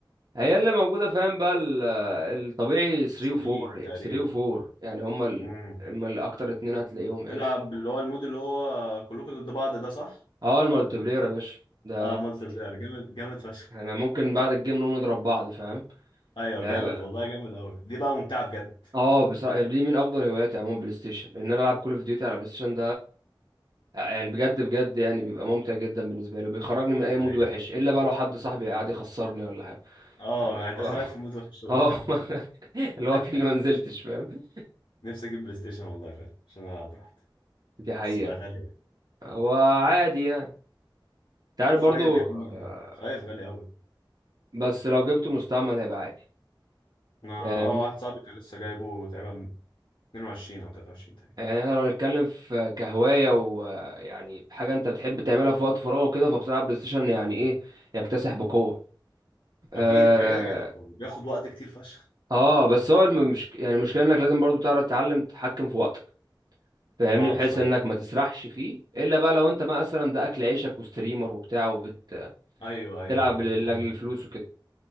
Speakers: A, on the right; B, on the left.
A: هي اللي موجودة فاهم بقى ال- الطبيعي 3
B: 3
A: و 4
B: تقريبا
A: 3 و 4 يعني هما ال...
B: مم.
A: هما الأكتر اتنين هتلاقيهم
B: بتلعب
A: يعني
B: اللي هو المود اللي هو كلكم ضد بعض ده صح؟
A: اه المالتي بلاير يا باشا ده
B: اه مونستر بلاير جامد جامد فشخ
A: احنا ممكن بعد الجيم نقوم نضرب بعض فاهم
B: ايوه
A: لا
B: جامد والله جامد قوي دي بقى ممتعة بجد
A: اه بصراحة يعني دي من أفضل هواياتي عموما بلاي ستيشن لأن أنا ألعب كول أوف ديوتي على بلاي ستيشن آه، يعني بجد بجد يعني بيبقى ممتع جدا بالنسبه لي وبيخرجني من اي
B: دي
A: مود
B: حقيقة
A: وحش الا بقى لو حد صاحبي قاعد يخسرني ولا حاجه
B: اه هيدخلك
A: اه
B: في مود وحش أوي.
A: آه. <laughs> اللي هو
B: <laughs>
A: كأني ما نزلتش فاهم
B: نفسي اجيب بلاي ستيشن والله فعلا عشان العب براحتي
A: دي حقيقه
B: بس بقى غالي
A: هو عادي يعني انت عارف
B: فايف
A: برضو
B: يا
A: آه،
B: عم فايف غالي قوي
A: بس لو جبته مستعمل هيبقى عادي
B: انا اه
A: فاهمني
B: واحد صاحبي كان لسه جايبه تقريبا 22 او 23 تاني
A: يعني احنا لو نتكلم في كهوايه ويعني حاجه انت بتحب تعملها في وقت فراغك وكده فبصراحه البلاي ستيشن يعني ايه يكتسح بقوه اه
B: اكيد كده كده بياخد وقت كتير فشخ
A: آه، بس هو الم- مش يعني المشكله انك لازم برضو تعرف تتعلم تتحكم في وقتك فاهمني
B: اه
A: بحيث
B: بصراحه
A: انك ما تسرحش فيه الا بقى لو انت بقى مثلا ده اكل عيشك وستريمر وبتاع وبتلعب
B: ايوه ايوه
A: لاجل
B: أيوة، ده حقيقي
A: الفلوس وكده